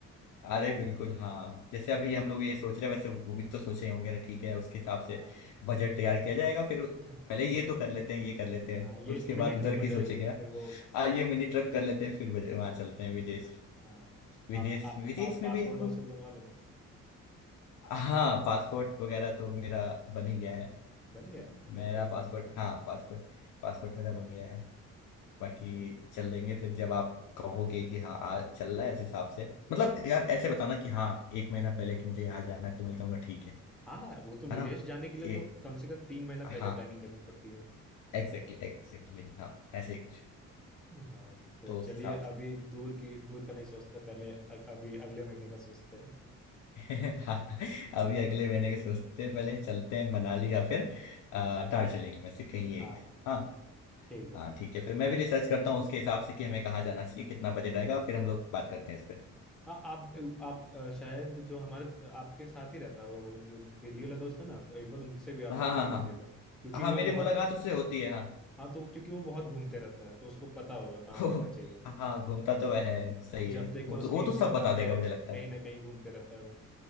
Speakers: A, on the left; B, in the centre.
A: अरे बिल्कुल हाँ जैसे अभी हम लोग ये सोच रहे हैं वैसे वो भी तो सोचे ही होंगे ना ठीक है उसके हिसाब
B: हाँ
A: से बजट तैयार किया जाएगा फिर
B: <laughs>
A: पहले ये
B: तो
A: तो कर लेते हैं ये कर लेते हैं
B: हाँ ये
A: उसके
B: मिनी
A: बाद
B: ट्रिप
A: उधर
B: हो
A: की
B: जाएगी
A: सोचे क्या
B: फिर वो
A: आ, ये मिनी ट्रिप कर लेते हैं फिर वहां चलते हैं विदेश
B: हाँ
A: विदेश
B: आप आप,
A: विदेश
B: आप
A: में
B: पासवर्ड
A: भी हम लोग
B: वासवर्ड बनवा लेना
A: हाँ पासपोर्ट वगैरह तो मेरा बन ही गया है
B: बन गया है? तो
A: मेरा
B: बहुत बढ़िया
A: पासपोर्ट
B: है।
A: हाँ पासपोर्ट पासपोर्ट मेरा बन गया है बाकी चल देंगे फिर जब आप कहोगे कि हाँ आज चल रहा है उस हिसाब से मतलब यार ऐसे बताना कि हाँ एक महीना पहले कि मुझे यहाँ जाना है, फिर मैं कहूँगा ठीक है
B: हाँ हाँ वो तो विदेश
A: है ना
B: जाने के लिए
A: ए,
B: तो कम से कम तीन महीना पहले
A: हाँ
B: प्लानिंग करनी पड़ती है
A: एग्जैक्टली एग्जैक्टली हाँ ऐसे ही कुछ
B: हाँ तो
A: तो उस
B: चलिए
A: हिसाब से
B: अभी दूर की दूर का नहीं सोचते पहले अ- अभी अगले महीने का सोचते हैं
A: <laughs> हाँ अभी अगले महीने के सोचते हैं पहले चलते हैं मनाली या फिर अ, दार्जिलिंग में से कहीं एक
B: हाँ
A: हाँ
B: ठीक है
A: हाँ ठीक है फिर मैं भी रिसर्च करता हूँ उसके हिसाब से कि हमें कहाँ जाना चाहिए कितना बजट आएगा फिर हम लोग बात करते हैं इस पर
B: हाँ आप आप अ, शायद जो हमारे आपके साथ ही रहता होगा वो जो दिल्ली वाला दोस्त है ना तो एक बार उनसे भी आप
A: हाँ
B: बात
A: हाँ
B: कर लीजिएगा
A: हाँ
B: क्योंकि
A: हाँ
B: वो
A: मेरी
B: बहुत
A: मुलाकात उससे होती है हाँ
B: हाँ तो क्योंकि वो बहुत घूमते रहता है तो उसको पता होगा कहाँ
A: <laughs> ओह,
B: घूमना चाहिए
A: हाँ घूमता तो वह है सही
B: जब
A: है
B: देखो
A: वो
B: उसके
A: तो वो
B: इंस्टाग्राम
A: तो सब बता देगा
B: पे
A: मुझे
B: कहीं
A: लगता है
B: ना कहीं घूमते रहता है वो